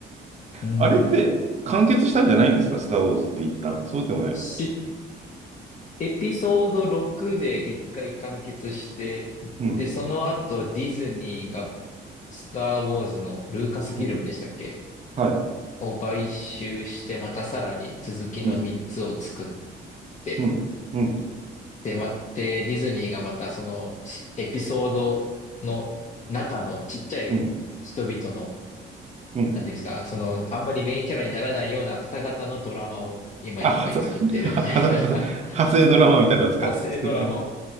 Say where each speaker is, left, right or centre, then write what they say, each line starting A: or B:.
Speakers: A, on the left; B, on the right.
A: <laughs> うん。
B: あれって完結したんじゃないんですか、スター・ウォーズって一旦。そうでもないの。
A: し、エピソード6で一回完結して、
B: うん。
A: で、その後ディズニーがスター・ウォーズのルーカスフィルムでしたっけ
B: うん。はい。
A: を買収して、またさらに続きの3つを作っ
B: うん。
A: て、
B: うん。うん。
A: で、待って、ディズニーがまたそのしエピソードの中のちっちゃい人々の、
B: うん。うん。
A: なんていうんですか、その、あんまりメインキャラにならないような方々のドラマを今いっぱい作ってるみたいな
B: あ、はさ、ははさ、はさ、
A: <laughs>
B: 派生ドラマみたいなのを使っ作ってん
A: 派生ドラマを